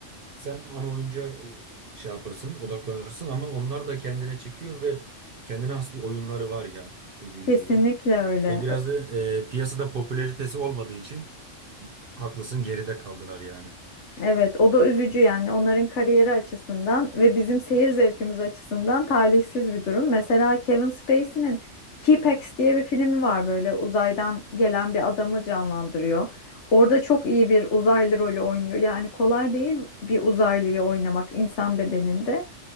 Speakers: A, on the right; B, on the left.
A: Sen ana oyuncuya e, şey yaparsın, odaklanırsın ama onlar da kendine çekiyor ve kendine has bir oyunları var ya dediğin
B: Kesinlikle
A: gibi.
B: öyle.
A: Ve biraz da e, piyasada popülaritesi olmadığı için haklısın geride kaldılar yani.
B: Evet, o da üzücü yani onların kariyeri açısından ve bizim seyir zevkimiz açısından talihsiz bir durum. Mesela Kevin Spacey'nin t diye bir filmi var böyle uzaydan gelen bir adamı canlandırıyor. Orada çok iyi bir uzaylı rolü oynuyor. Yani kolay değil bir uzaylıyı oynamak insan bedeninde.